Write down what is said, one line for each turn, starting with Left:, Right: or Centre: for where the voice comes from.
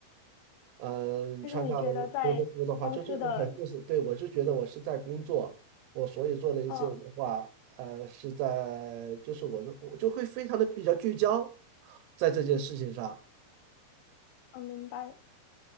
Right: 嗯，呃穿上工作服的话，
Left: 就是你觉得在公司的，
Right: 就这种很就是，对，我就觉得我是在工作，我所以做的一些的话，
Left: 嗯
Right: 呃，是在就是我就我就会非常的比较聚焦在这件事情上，
Left: 嗯，明白，